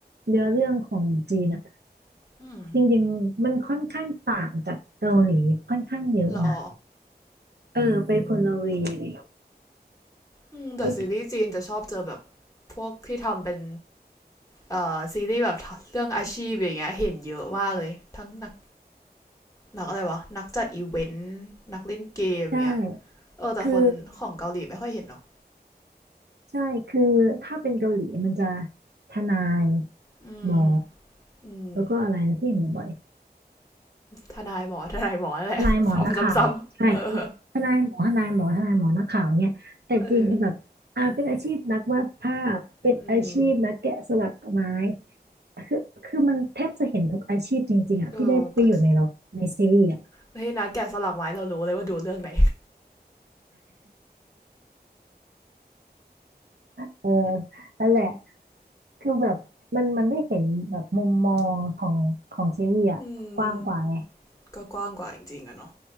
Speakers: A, on the right; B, on the left.
A: เนื้อเรื่องของจีนอะ
B: อืม
A: จริงๆมันค่อนข้างต่างจากเกาหลีค่อนข้างเยอะนะ
B: หรอ
A: เออไปคนละเวเลย
B: อืมแต่ซีรีส์จีนจะชอบเจอแบบ
A: โอเค
B: พวกที่ทำเป็นเอ่อซีรีส์แบบเรื่องอาชีพอย่างเงี้ยเห็นเยอะมากเลยทั้งนักนักอะไรวะนักจัดอีเวนต์นักเล่นเกมอย่างเงี้ย
A: ใช่
B: เออแต่คนของเกาหลีไม่ค่อยเห็นเรอก
A: คือใช่คือถ้าเป็นเกาหลีมันจะทนาย
B: อืม
A: หมอ
B: อืม
A: แล้วก็อะไรนะที่เห็นบ่อย
B: ทนายหมอทนายหมอแหละ
A: ๆทนายหมอนักข่าวใช่
B: <laughs> ทำซ้ำๆเออ
A: ทนายหมอทนายหมอทนายหมอนักข่าวเนี่ยแต่จริงแบบอ่าเป็นอาชีพนักวาดภาพเป็นอาชีพนักแกะสลักไม้
B: เอออืม
A: คือคือมันแทบจะเห็นทุกอาชีพจริงๆอ่ะที่ได้ไปอยู่ในเราในซีรีส์อ่ะ
B: เออก็เฮ้ยนะแกะสลักไม้เรารู้เลยว่าดูเรื่องไหน
A: เออนั่นแหละ คือแบบมันมันได้เห็นแบบมุมมองของของซีรีส์อะกว้างกว่าไง
B: อืมก็กว้างกว่าจริงๆอะเนาะ